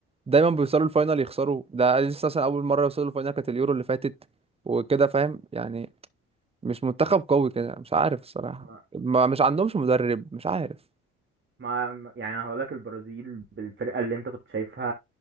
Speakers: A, on the right; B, on the right.
A: دايما بيوصلوا الفاينل يخسروا ده لسه مثلا اول مره يوصلوا الفاينل كانت اليورو اللي فاتت وكده فاهم يعني مش منتخب قوي كده مش عارف الصراحه
B: ما,
A: ما مش عندهمش مدرب مش عارف
B: ما يعني هقولك البرازيل بالفرقة اللي انت كنت شايفها